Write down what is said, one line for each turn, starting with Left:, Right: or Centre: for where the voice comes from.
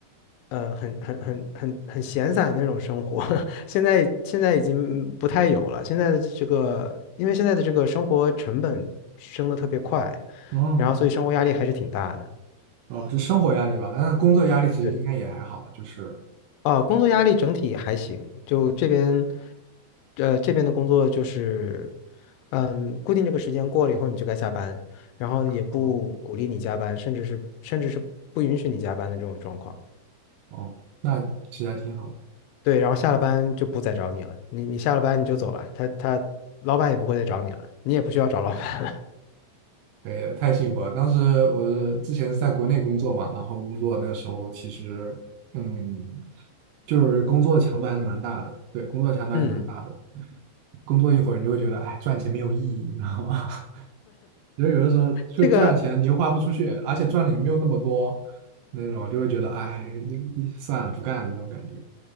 Left: 呃，很很很很很闲散的那种生活，<laughs> 现在现在已经不太有了。现在的这个，因为现在的这个生活成本升的特别快，
Right: 哦
Left: 然后所以生活压力还是挺大的。
Right: 哦，是生活压力吧？但是工作压力其实应该也还好吧，
Left: 对。
Right: 就是
Left: 啊，工作压力整体还行，就这边，呃，这边的工作就是，嗯，固定这个时间过了以后你就该下班，然后也不鼓励你加班，
Right: 哦
Left: 甚至是甚至是不允许你加班的这种状况。
Right: 哦，那其实还挺好的。
Left: 对，然后下了班就不再找你了，你你下了班你就走了，他他老板也不会再找你了，你也不需要找老板了。
Right: 对，太幸福了。当时我是之前是在国内工作嘛，然后工作那个时候其实，嗯，就是工作的强度还是蛮大的。对，工作强度还是蛮大的。
Left: <laughs> 嗯，
Right: 工作一会儿，你就会觉得，哎，赚钱没有意义，你知道吗？<laughs> 就是有的时候就赚了钱，
Left: 这个
Right: 你又花不出去，而且赚的也没有那么多，那种就会觉得，哎，算了，不干了那种感觉。